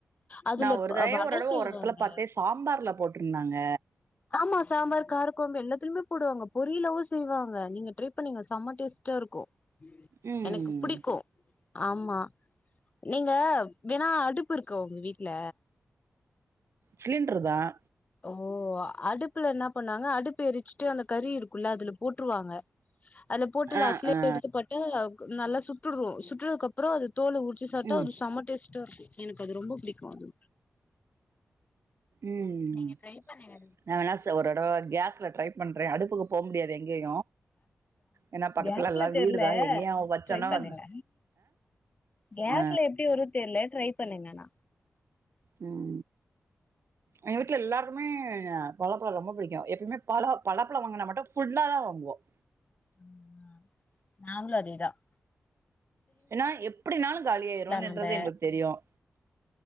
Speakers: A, on the left; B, on the right.
A: அதுல
B: நா ஒரு தடையே
A: வட
B: ஒரு தடவ
A: செய்வாங்க
B: ஒரு எடத்துல பாத்தே சாம்பார்ல போட்டுருந்தாங்க
A: ஆம்மா சாம்பார் காரக்கொழம்பு எல்லாத்துலயுமே போடுவாங்க பொரியலாவு செய்வாங்க நீங்க ட்ரை பண்ணீங்க சம்ம டேஸ்ட்டா இருக்கு
B: ம்
A: எனக்கு புடிக்கு ஆமா நீங்க விணா அடுப்பு இருக்க உங்க வீட்டுல
B: சிலிண்டரு தான்
A: ஓ அடுப்புல என்ன பண்ணாங்க அடுப்பு எரிச்சுட்டு அந்த கறி இருக்கும்ல்ல அதுல போட்டுருவாங்க அந்த போட்டுல
B: ஆ
A: அசலயே
B: ஆ
A: எடுத்துப்பட்டு நல்லா சுட்டுடுவம் சுட்டுறதுக்கு அப்புறம் அது தோல உரிச்சு சாப்டா
B: ம்
A: அது செம டேஸ்ட் எனக்கு அது ரொம்ப பிடிக்கும் அது
B: உம்
A: நீங்க ட்ரை பண்ணுங்க
B: நான் வேணா ஒரு தடவை கேஸ்ல ட்ரை பண்றேன் அடுப்புக்கு போக முடியாது எங்கேயு ஏன்னா பக்கத்துல
A: கேஸ்ல
B: எல்லா
A: தெரியல
B: வீடுதா எங்கேயு வச்சோன்னா
A: ட்ரை பண்ணுங்க
B: வந்து
A: கேஸ்ல
B: ஆ
A: எப்படி வரும்னு தெரியல பண்ணீங்கண்ணா
B: உம் எங்க வீட்டுல எல்லாருமே பலா பழம் ரொம்ப பிடிக்கும் எப்பயுமே பல பலாப்பழம் வாங்கினா மட்டும் புல்லாலதான் வாங்குவோம்
A: உம் நாம்மளும் அதே தான்
B: ஏன்னா எப்படினாலும் காலி ஆயிரும் என்றது
A: நம்ப
B: எங்களுக்கு தெரியும்